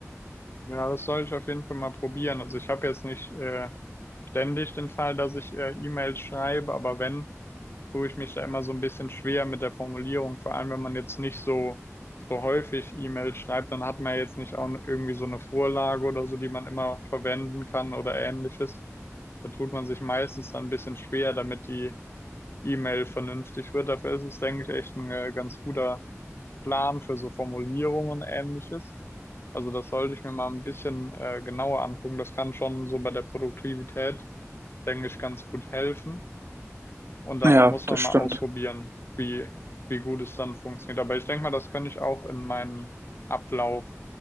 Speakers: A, on the left (about 50°); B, on the right (about 55°).
A: Ja, das soll ich auf jeden Fall mal probieren. Also ich habe jetzt nicht äh, ständig den Fall, dass ich äh, E-Mails schreibe, aber wenn, tue ich mich da immer so ein bisschen schwer mit der Formulierung. Vor allem, wenn man jetzt nicht so, so häufig E-Mails schreibt, dann hat man ja jetzt nicht auch irgendwie so eine Vorlage oder so, die man immer verwenden kann oder ähnliches. Da tut man sich meistens dann ein bisschen schwer, damit die E-Mail vernünftig wird. Dafür ist es, denke ich, echt ein äh, ganz guter Plan für so Formulierungen und ähnliches. Also das sollte ich mir mal ein bisschen äh, genauer angucken. Das kann schon so bei der Produktivität denke ich, ganz gut helfen. Und dann
B: Ja,
A: muss
B: das
A: man mal
B: stimmt.
A: ausprobieren, wie, wie gut es dann funktioniert. Aber ich denke mal, das könnte ich auch in meinen Ablauf